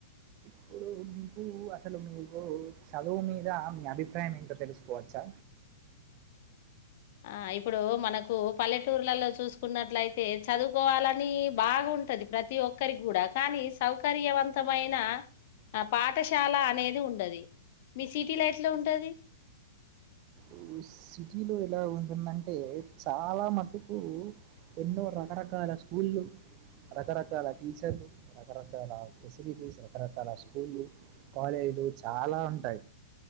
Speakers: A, on the right; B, on the left.
A: ఇప్పుడు మీకు అసలు మీకు చదువు మీద మీ అభిప్రాయం ఏంటో తెలుసుకోవచ్చా
B: ఆ ఇ ఇప్పుడు మనకు పల్లె టూర్లలో చూసుకున్నట్లయితే చదువుకోవాల కూని బాగ ప్రతి ఒక్కరికి కూడా కానీ సౌకర్యవంతమైన ఆ పాఠశాల అనేది ఉండది మీ సిటీలో ఎట్లా ఉంటది
A: ఈ సిటీలో ఇలా ఉంటుందంటే చాలా మటుకు ఎన్నో రకరకాల స్కూలు రకరకాల టీచర్లు రకరకాల ఫెసిలిటీస్ రకరకాల స్కూళ్లు కాలేజీలు చాలా ఉంటాయి